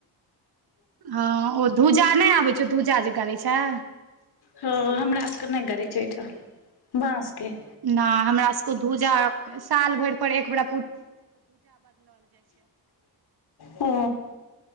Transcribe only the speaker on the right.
हा ओ छुजा ने अबे छैय धुजा जे गरे छैय।
ने हमरा सबक धूजा साल भरि पर एकबरा